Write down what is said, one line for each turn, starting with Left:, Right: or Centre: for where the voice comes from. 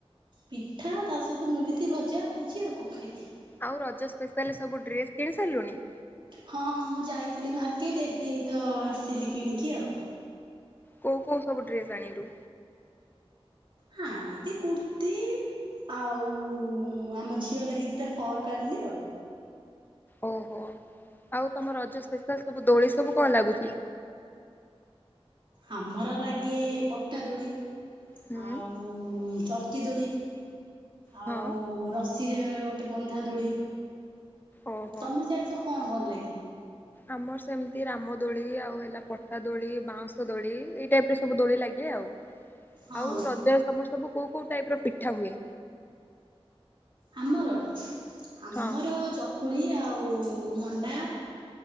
Right: ପିଠା ତା ସହିତ ମୁଁ ବି ସେଇ ଭଜା ଖାଇଚି ଆଉ କଣ ଖାଇବି।
Left: ଆଉ ରଜ ସ୍ପେଶାଲ ସବୁ ଡ୍ରେସ୍ କିଣି ସାରିଲୁଣି?
Right: ହଁ ମୁଁ ଯାଇଥିଲି ମାର୍କେଟ ଏବେ ହେଇ ତ ଆସିଲି କିଣିକି ଆଉ।
Left: କୋଉ କୋଉ ସବୁ ଡ୍ରେସ ଆଣିଲୁ?
Right: ହାଣିଚି କୁର୍ତ୍ତି ଆଉ ଆମ ଝିଅ ଲାଗି ଦୁଇଟା ଫର୍କ କରିଲି ଆଉ।
Left: ଓହୋ ଆଉ ତମ ରଜ ସ୍ପେଶାଲ ସବୁ ଦୋଳି ସବୁ କଣ ଲାଗୁଚି?
Right: ଆମର ଲାଗେ ପଟାଦୋଳି
Left: ହୁଁ
Right: ଆଉ ଚରିକି ଦୋଳି ଆ।
Left: ହଁ
Right: ସିରେ ଗୋଟେ ବନ୍ଧା ଦୋଡି
Left: ଓହୋ।
Right: ତମକୁ ସେଆଡେ ସବୁ କଣ ଭଲ ଲାଗେ।
Left: ଆମର ସେମିତି ରାମଦୋଳି ଆଉ ହେଲା ପଟା ଦୋଳି ବାଉଁଶ ଦୋଳି ଏଇ ଟାଇପ୍ ରେ ସବୁ ଦୋଳି ଲାଗେ ଆଉ।
Right: ହଁ
Left: ଆଉ ରଜରେ ସମ ସବୁ କୋଉ କୋଉ ଟାଇପ୍ ର ପିଠା ହୁଏ।
Right: ଆମର ଆମର
Left: ହଁ
Right: ଚକୁଳି ଆଉ ମଣ୍ଡା।